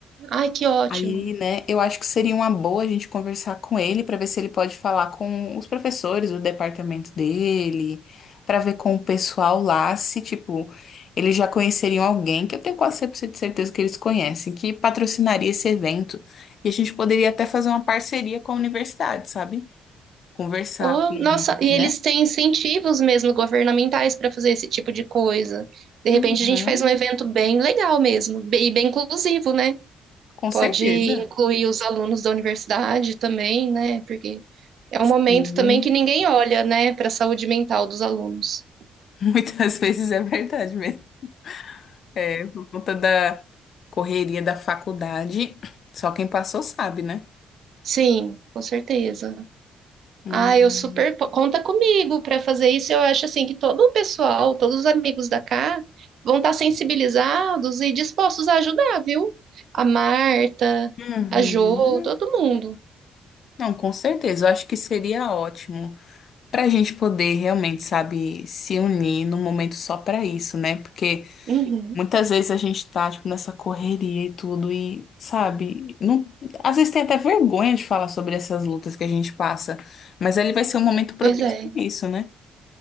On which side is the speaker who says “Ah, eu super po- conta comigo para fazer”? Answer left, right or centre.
Right